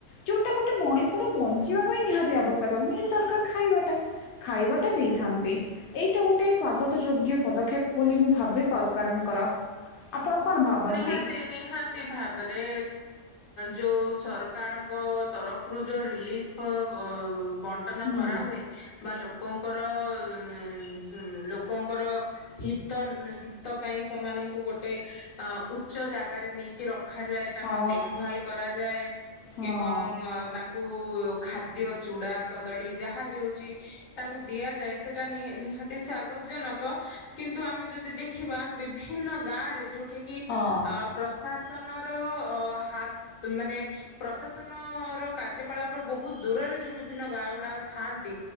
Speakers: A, on the left; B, on the left.
A: ଯେଉଁଟା ଗୋଟେ ମଣିଷର ବଞ୍ଚିବା ପାଇଁ ନିହାତି ଆବଶ୍ୟକ ନିହାତି ଦରକାର ଖାଇବାଟା ଖାଇବାଟା ଦେଇଥାନ୍ତି ଏଇଟା ଗୋଟେ ସଵାଗତ ଯୋଗ୍ୟ ପଦକ୍ଷେପ ବୋଲି ମୁଁ ଭାବେ ସରକାରଙ୍କର ଆପଣ କ'ଣ ଭାବନ୍ତି
B: ନିହାତି ନିହାତି ଭାବରେ ଯେଉଁ ସରକାରଙ୍କ ତରଫରୁ ଯେଉ ରିଲିଫ ବଣ୍ଟନ
A: ହୁଁ
B: କରାହୁଏ ବା ଲୋକ ଙ୍କର ଉ ଲୋକଙ୍କର ହିତ ହିତ ପାଇଁ ସେମାନଙ୍କୁ ଗୋଟେ ଉଚ୍ଚ ଜାଗାରେ ନେଇକି ରଖ। ରଖାଯାଏ ତାଙ୍କର
A: ହଁ
B: ଦେଖଭାଲ କରାଯାଏ
A: ହଁ
B: ଏବଂ ତାଙ୍କ କୁ ଖାଦ୍ୟ ଚୁଡା କଦଳୀ ଯାହା ବି ହଉଛି ତାଙ୍କୁ ଦିଆଯାଏ ସେଟା ନିହାତି ସ୍ଵାଗତ ଜନକ କିନ୍ତୁ ଆମେ ଯଦି ଦେଖିବା ବିଭିନ୍ନ ଗାଁ ରେ ଯୋଉଠି କି
A: ହଁ
B: ଅ ପ୍ରସାଦ ପ୍ରାସନର ଅ ହାତ ମାନେ ପ୍ରଶାସନର କାର୍ଯ୍ୟକଳାପର ବହୁତ ଦୂରରେ ଯୋଉ ବିଭିନ୍ନ ଗାଁ ଗୁଡାକ ଥାଆନ୍ତି।